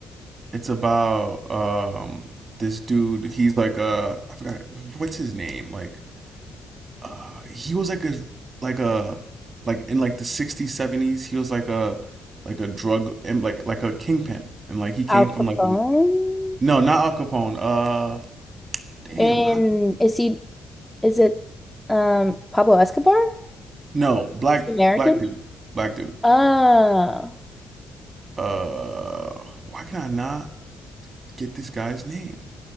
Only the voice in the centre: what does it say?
Al
Capone?
And
is he, is it um Pablo Escobar?
Is he American?
Oh,